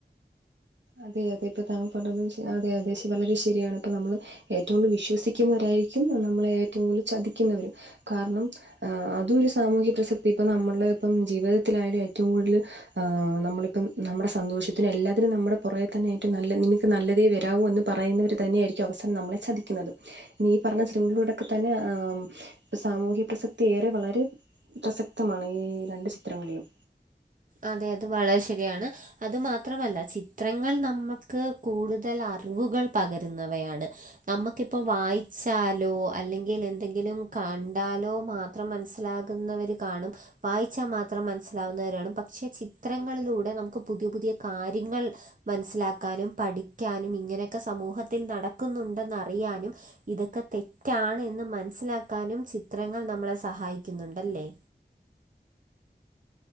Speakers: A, on the right (about 85°); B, on the right (about 50°).
A: അതെ അതെ ഇപ്പൊ താങ്കൾ പറഞ്ഞ അതെ അതെ വളരെ ശരിയാണ്. ഇപ്പ നമ്മള് ഏറ്റവും കൂടുതൽ വിശ്വസിക്കുന്നവരായിരിക്കും. നമ്മളെ ഏറ്റവും കൂടുതൽ ചതിക്കുന്നവര്. കാരണം ആ അതുംരു സാമൂഹ്യ പ്രസക്തി ഇപ്പൊ നമ്മുടെ ഇപ്പം ജീവിതത്തിലായാലും ഏറ്റവും കൂടുതൽ. ആ് നമ്മളിപ്പം നമ്മുടെ സന്തോഷത്തിനന് എല്ലാത്തിനും. നമ്മു കുറേ തന്നൊയിട്ടും നല്ല നിങ്ങൾക്ക് നല്ലതേ വരമൂ എന്ന് പറയുന്നവർ തന്നെയായിരിക്കും അവസാനം നമ്മളെ ചതിക്കുന്നത്. നീ പറഞ്ഞ സിനിമളിലൂടെൊക്കെ തന്നെ ആ സാമൂഹ്യ പ്രസക്തി ഏറെ വളരെ പ്രസക്തമാണ് ഈ രണ്ടു ചിത്രങ്ങളിലും
B: അതെ അത് വളരെ ശരിയാണ് അത് മാത്രമല്ല ചിത്രങ്ങൾ നമുക്ക്. കൂടുതൽ അറിവുകൾ പകരുന്നവയാണ് നമക്കിപ്പോ വായിച്ചാലോ അല്ലെങ്കിൽ എന്തെങ്കിലും കണ്ടാലോ മാത്ര മനസ്സിലാകുന്നവർ കാണും വായിച്ചാൽ മാത്രം മനസിലാവുന്നവരാണ്. പക്ഷേ ചിത്രങ്ങളിലൂടെ നമുക്ക് പുതിയ പുതിയ കാര്യങ്ങൾ മനസ്സിലാക്കാനും പഠി വ്ക്കാനും ഇങ്ങനെയൊക്കെ സമൂഹത്തിൽ നടക്കുന്നുണ്ടെന്നറിയാനും. ഇതൊക്കെ തെറ്റാണ് എന്ന് മനസ്സിലാക്കാനും ചിത്രങ്ങൾ നമ്മളെ സഹായിക്കുന്നുണ്ടല്ലേ